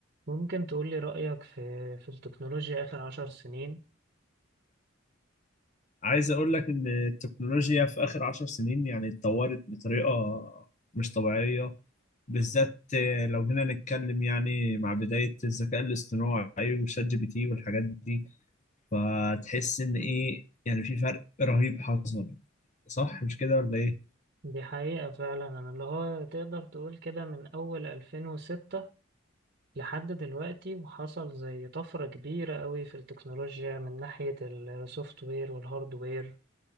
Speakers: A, on the right; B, on the left.
A: ممكن تقولي رأيك في في التكنولوجيا آخر عشر سنين
B: عايز اقول لك ان التكنولوجيا في اخر عشر سنين يعني اتطورت بطريقة مش طبيعية بالذات لو جينا نتكلم يعني مع بداية الذكاء الاصطناعي وشات جي بي تي والحاجات دي فتحس ان ايه يعني في فرق رهيب حصل صح مش كده ولا
A: دي حقيقة فعلا أنا اللي هو تقدر تقول كده من أول 2006 لحد دلوقتي وحصل زي طفرة كبيرة قوي في التكنولوجيا من ناحية السوفت وير والهارد وير